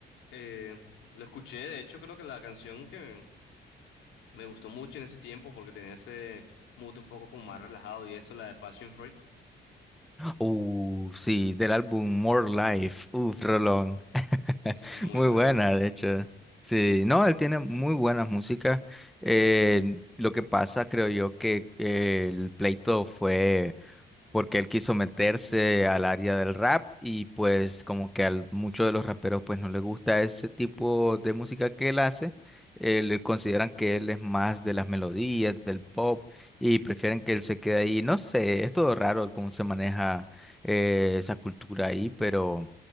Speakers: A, on the left (about 80°); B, in the centre.
A: Eh, lo escuché, de hecho creo que la canción que me gustó mucho en ese tiempo porque tenía ese mood un poco como más relajado y eso, la de Passion Fruit,
B: Uh, sí, del álbum More Life. Uf, rolón. <laughs>
A: esa es muy
B: Muy
A: buena.
B: buena, de hecho. Sí, no, él tiene muy buenas músicas. Eh, lo que pasa, creo yo, que eh, el pleito fue porque él quiso meterse al área del rap y pues como que a muchos de los raperos pues no les gusta ese tipo de música que él hace, eh, le consideran que él es más de las melodías, del pop y prefieren que él se quede ahí. No sé, es todo raro cómo se maneja eh, esa cultura ahí, pero